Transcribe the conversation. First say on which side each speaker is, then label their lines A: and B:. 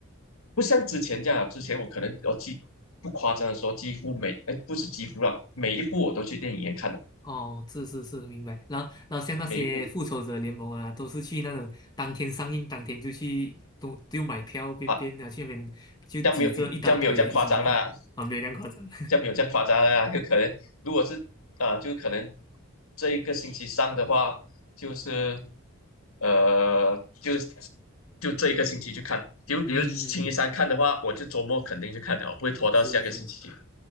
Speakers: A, on the left; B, on the left.
A: 不像之前这样啊，之前我可能我几不夸张的说，几乎每哎不是几乎啦，每一部我都去电影院看的，
B: 哦，是是是，明白。然后，然后像那些复仇者联盟啊，
A: 每一部
B: 都是去那种当天上映，当天就去，都就买票，边边的去那边就挤着一大堆人一起去看啊，
A: 啊，这样没有这样没有这样夸张啦，
B: 没有那样夸张。
A: 这样没有这样夸张啦，就可能如果是啊，就可能这一个星期上的话，就是呃，就是就这一个星期去看，就比如星期三看的话，
B: <laughs> 嗯嗯，
A: 我就周末肯定去看的，我不会拖到下个星期。
B: 是是。